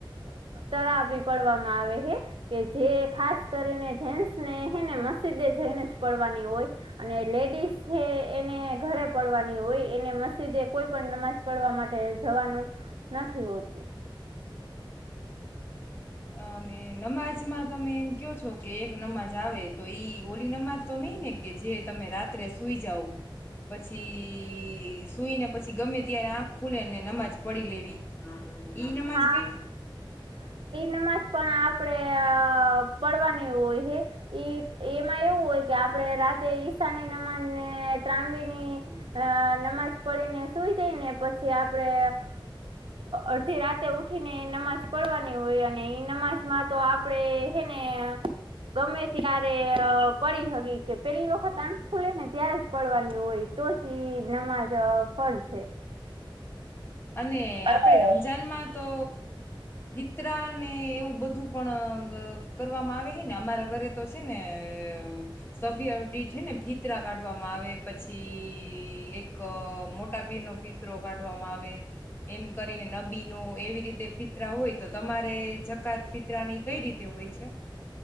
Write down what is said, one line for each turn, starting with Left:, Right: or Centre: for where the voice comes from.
Right: તરા બી પડવામાં આવે છે, કે જે ખાસ કરીને જેન્ટસ ને હે ને મસ્જિદે જઈને જ પડવાની હોય, અને લેડીઝ છે એને ઘરે પડવાની હોય એને મસ્જિદે કોઈ પણ નમાજ પડવા માટે જવાનું નથી હોતું.
Left: અને નમાજમાં? તમે એમ કહો છો કે એક નમાજ આવે તો, ઈ ઓલી નમાજ તો નઈ ને કે જે, તમે રાત્રે સુઈ જાવ પછી સુઈને પછી, ગમે ત્યારે આંખ ખુલે ને નમાજ પડી લેવી. ઈ નમાજ
Right: હા
Left: કઈ?
Right: નમાજ પણ આપડે, અ પડવાની એ હોય હે, એમાં એવું હોય કે આપણે રાતે ઈશાની નમાજ ને ત્રામબી ની અ નમાજ પડીને સુઈ જઈને, પછી આપડે અડધ થી રાતે ઉઠી ને નમાજ પડવાની હોય, અને ઈ નમાજ માં તો આપડે હે ને ગમે ત્યારે પડી હકી કે, પેલી વખત આંખ ખુલેને ત્યારે જ પડવાની હોય તો જ ઈ નમાજ ફર છે.
Left: અને
Right: અરે
Left: આપડે રમજાનમાં તો.? હિતરા ને એવું બધું પણ કરવામાં આવે હે ને? અમારા ઘરે તો છે ને અ સભી અ ડીઠે ને ફીતરા કાઢવામાં આવે, પછી એક મોટા પીરનો ફીતરો કાઢવામાં આવે એમ કરીને નબીનો એવી રીતે ફિતરા હોય તો, તમારે જકાત ફિતરાની કઈ રીતે હોય છે?